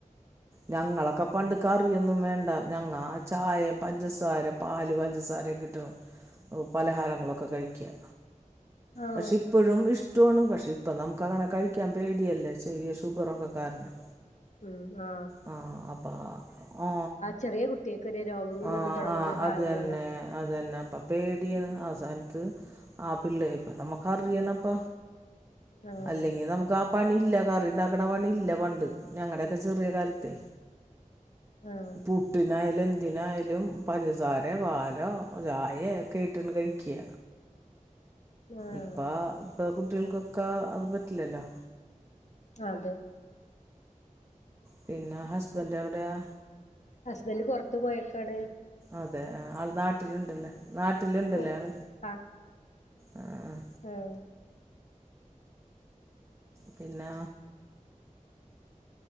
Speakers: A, on the right; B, on the left.
A: ഞങ്ങളൊക്കെ പണ്ട് കറിയൊന്നും വേണ്ട ഞങ്ങ ചായേം പഞ്ചസാര പാല് പഞ്ചസാര ഒക്കെ ഇട്ട് പലഹാരങ്ങളൊക്കെ കഴിക്കാ
B: ആഹ്
A: പക്ഷേ ഇപ്പഴും ഇഷ് ഇഷ്ടൊണ് പക്ഷെ ഇപ്പം നമുക്ക് അങ്ങനെ കഴിക്കാൻ പേടിയല്ലേ ചെറിയ ഷുഗറൊക്കെ കാരണം
B: ഉം ആ
A: ആ അപ്പ ഓ
B: ചെറിയ കുട്ടികൾക്ക് വരെ രോഗങ്ങൾ
A: ആ
B: വന്ന് തുടങ്ങുന്ന
A: ആ
B: കാലാണല്ലോ
A: അത് യെന്നെ അത് യെന്നെ അപ്പ പേടിയാണ് ആ സാന ത്ത് ആ പിള്ളെ ഇപ്പ നമ്മക്കറിയണപ്പ
B: ആഹ്
A: അല്ലെങ്കി നമ്മുക്ക് ആ പണി ഇല്ല കറിയിണ്ടാ ക്ക്‌ണ പണി ഇല്ല പണ്ട് ഞങ്ങടെക്കെ ചെറിയ കാല ത്ത്
B: ആഹ്
A: പുട്ടിനായാല് എ ന്തിനായാലും പഞ്ചസാരെ പാലോ ചായെ ഒക്കെ ഇട്ട്ണ്ട് കഴിക്ക്യ
B: ആഹ്
A: ഇപ്പാ ഇപ്പൊ കു കുട്ടികൾക്കൊക്കെ അത് പറ്റില്ലല്ലോ
B: അതെ
A: പിന്നെ ഹസ്ബൻഡ് എവിടെയാ
B: ഹസ്ബൻഡ് പൊർത്ത് പോയക്കാണ്
A: അതെ ആ ആൾ നാട്ടിൽ ഇണ്ട്ലെ നാട്ടിൽ ഇണ്ട്ലെ
B: പോ
A: ആൾ
B: ആഹ്
A: ഉം
B: ആഹ്
A: പിന്നാ